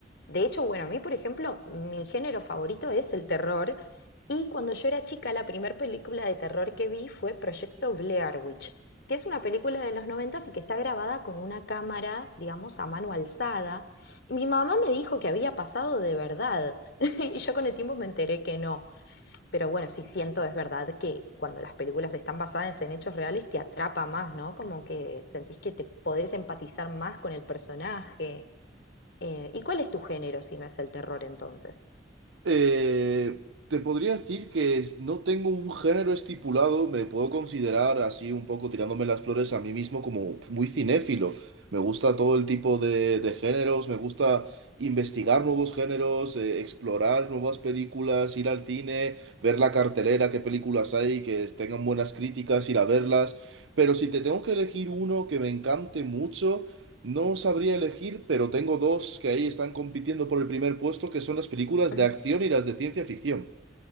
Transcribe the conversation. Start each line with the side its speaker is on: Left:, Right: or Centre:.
Left: De hecho, bueno, a mí, por ejemplo, mi género favorito es el terror. Y cuando yo era chica, la primera película de terror que vi fue Proyecto Blair Witch, que es una película de los noventas y que está grabada con una cámara, digamos, a mano alzada. Mi mamá me dijo que había pasado de verdad <laughs> y yo con el tiempo me enteré que no. Pero bueno, sí siento, es verdad, que cuando las películas están basadas en hechos reales te atrapa más, ¿no? Como que sentís que te podés empatizar más con el personaje. Eh, ¿y cuál es tu género si no es el terror entonces?
Right: Eh, te podría decir que es- no tengo un género estipulado, me puedo considerar así un poco tirándome las flores a mí mismo como muy cinéfilo. Me gusta todo el tipo de, de géneros, me gusta investigar nuevos géneros, eh, explorar nuevas películas, ir al cine, ver la cartelera, qué películas hay, que tengan buenas críticas, ir a verlas. Pero si te tengo que elegir uno que me encante mucho... No sabría elegir, pero tengo dos que ahí están compitiendo por el primer puesto, que son las películas
Left: Ujú.
Right: de acción y las de ciencia ficción.